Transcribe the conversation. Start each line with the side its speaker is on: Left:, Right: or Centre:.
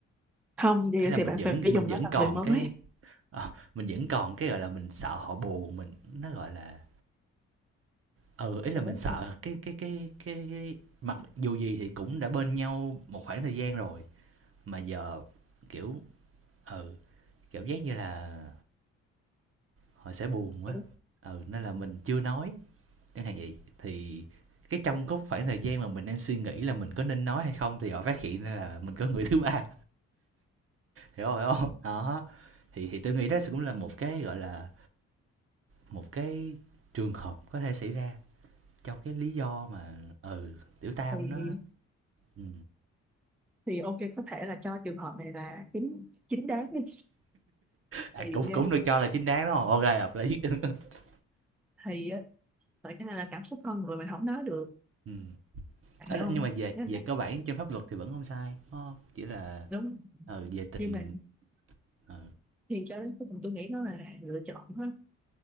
Centre: không thì,
Right: ấy là
Centre: thì
Right: mình
Centre: bạn
Right: vẫn
Centre: phải
Right: mình
Centre: dùng
Right: vẫn
Centre: nó là
Right: còn
Centre: người mới
Right: cái ờ, mình vẫn còn cái, gọi là, mình sợ họ buồn, mình nó, gọi là ừ, ấy là
Centre: hiểu,
Right: mình sợ cái cái cái cái cái mặc dù gì thì cũng đã bên nhau một khoảng thời gian rồi, mà giờ, kiểu ừ, cảm giác như là họ sẽ buồn quá
Centre: hiểu.
Right: ừ nên là mình chưa nói chẳng hạn vậy thì cái trong cái khoảng thời gian mà mình đang suy nghĩ là mình có nên nói hay không thì họ phát hiện ra là mình có người <laughs> thứ ba hiểu không hiểu không đó thì thì tôi nghĩ đó cũng là một cái gọi là một cái trường hợp có thể xảy ra trong cái lý do mà ừ tiểu tam
Centre: thì
Right: nó ừ.
Centre: thì ok có thể là cho trường hợp này là chính chính đáng đi
Right: à,
Centre: thì
Right: cũng cũng
Centre: à,
Right: được cho là chính đáng đúng không ok hợp lý <laughs>
Centre: thì á, tại cái này là cảm xúc con người mình không nói được
Right: ừ.
Centre: bạn
Right: Ấy
Centre: hiểu
Right: là-
Centre: không
Right: nhưng mà về
Centre: Nhớ
Right: về
Centre: lại,
Right: cơ bản trên pháp luật thì vẫn không sai đúng không chỉ là
Centre: đúng
Right: ừ, về tình
Centre: nhưng mà
Right: ừ.
Centre: thì cho đến cuối cùng tôi nghĩ nó là lựa chọn hết